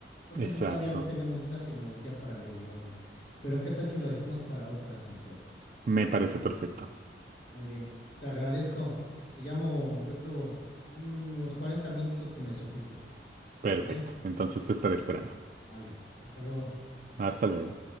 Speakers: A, on the left; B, on the right.
A: porque
B: Exacto.
A: pues todavía no tenemos esa tecnología para averiguarlo. Pero ¿qué tal si lo dejamos para otra, Santiago?
B: Me parece perfecto.
A: Muy bien, pues te agradezco. Te llamo, yo creo, en unos 40 minutos que me desocupe.
B: Perfecto.
A: ¿Vale?
B: Entonces te estaré esperando.
A: Vale. Hasta luego.
B: Hasta luego.